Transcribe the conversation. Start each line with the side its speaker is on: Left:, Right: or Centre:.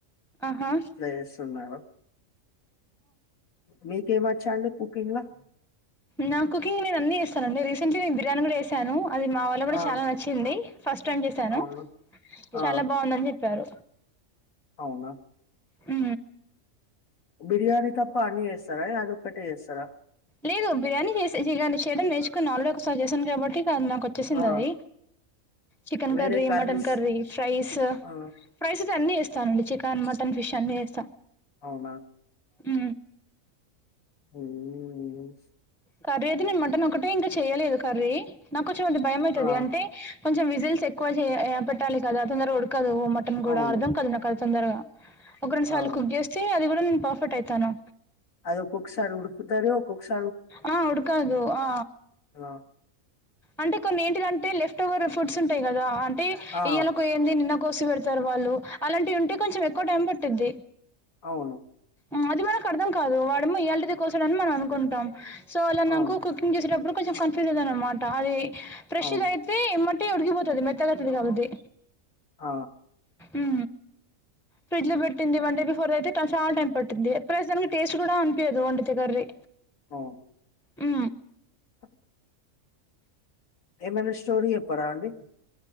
Centre: ఆహా
Left: ప్లేస్ ఉన్నవా మీకేమచ్చండి కుకింగ్ ల
Centre: నా కుకింగ్ నేనన్ని చేస్తానండి రీసెంట్లీ నేన్ బిర్యానీ కూడా చేసాను అది మా వాళ్ళక్ కూడా
Left: ఆ
Centre: చాలా నచ్చింది ఫస్ట్ టైం చేశాను
Left: అవును
Centre: చాలా
Left: ఆ
Centre: బాగుందన్ చెప్పారు
Left: అవునా
Centre: ఉ
Left: బిర్యానీ తప్ప అన్ని జేస్తారా ఎ అదొక్కటే జేస్తారా
Centre: లేదు బిర్యానీ చేసి బిర్యానీ చేయడం నేర్చుకున్న ఆల్రేడి ఒకసారి చేశాను కాబట్టి ఆ నాకోచ్చేసిందది
Left: ఆ
Centre: చికెన్
Left: వేరే
Centre: curry
Left: curries
Centre: mutton curry fries
Left: ఆ
Centre: ఫ్రైస్ అన్ని ఇస్తానండి చికెన్ మటన్ ఫిష్ అన్ని చేస్తా
Left: అవునా
Centre: ఉ
Left: వెల్డింగ్ తీనేష్
Centre: కర్రీ అయితే నేన్ మటనోకటే ఇంకా చెయ్యలేదు కర్రీ నాకు కొంచం అది భయమయితది
Left: ఆ
Centre: అంటే కొంచెం విజిల్స్ ఎక్కువ చే ఏ పెట్టాలి కదా తొందరగా ఉడకదు మటన్ కూడా
Left: అవును
Centre: అర్ధం కాద్ నాకది తొందరగా ఒక రెండు సార్లు
Left: అవును
Centre: కుక్ చేస్తే అది కూడా నేన్ పర్ఫెక్ట్ అయితాను
Left: అది ఒక్కొక్కసారి ఉడ్కుతది ఒక్కొక్కసార్
Centre: ఆ ఉడ్కదు ఆ
Left: ఆ
Centre: అంటే కొన్ని ఏంటిదంటే లెఫ్ట్ ఓవర్ ఫుడ్స్ ఉంటాయి గదా అంట్ టి
Left: ఆ,
Centre: ఈయాల కోయంది నిన్న కోసి పెడతారు వాళ్ళు అలాంటివి ఉంటే కొంచెం ఎక్కువ టైం పట్టిద్ది
Left: అవును
Centre: ఆ అది మనకర్థం కాదు వాడేమొ ఇయల్టిదే కోసాడని మనం అనుకుంటాం సో అల నాకు
Left: అవును
Centre: కుకింగ్ చేసేటప్పుడు కొంచెం కన్ఫ్యూజ్ ఉందన్నమాట అది ప్రెషర్
Left: అవును
Centre: అయితే మట్ ఉట్టిగ ఉడుగిపోతది మెత్తగయితది కాబట్టి
Left: ఆ
Centre: ఉ ఫ్రిడ్జ్ లో పెట్టింది వంటకి ఫర్ అయితే టైం చాల్ టైం పట్టింది ప్లెస్ దానికి టేస్ట్ కూడా అనిపియదు వండితే కర్రి
Left: అవును
Centre: ఉ
Left: <unintelligible> ఏమన్నా స్టోరీ చెప్పరా అండి